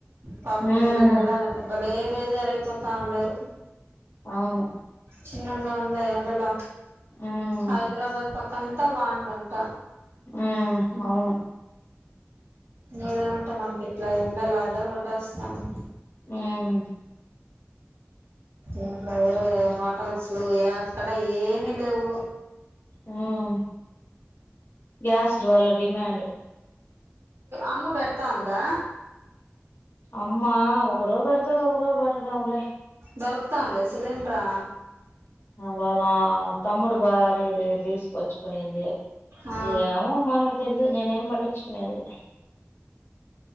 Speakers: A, on the right; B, on the left.
A: పాపం
B: ఉమ్
A: పిల్లలు వెళ్ళాలంటే భలే బేజారయిపోతా ఉండారు
B: అవును
A: చిన్నంగా ఉందా ఎండలో
B: ఉమ్
A: హైదరాబాద్ పక్కంతా వానలంట
B: ఉమ్ అవును
A: ఇదేమంటే మనకి ఇట్లా ఎండలు అదర కొట్టేస్తాంది
B: ఉమ్
A: ఇంట్లో వేరే హోటల్స్ లో ఎక్కడ ఏమి లేవు
B: ఉమ్ గ్యాస్ వల్ల డిమాండ్
A: అమ్మ పెడతాందా
B: అమ్మ ఒక రోజు పెడతది ఒక రోజు పెట్టడంలే
A: దొరుకుతాంది సిలిండ్రా
B: వాళ్ళ తమ్ముడు భార్య దగ్గర తీసుకొచ్చుకునింది
A: ఆ
B: ఏమో మనకు తెలీదు నేనేం పట్టించుకునేదిలే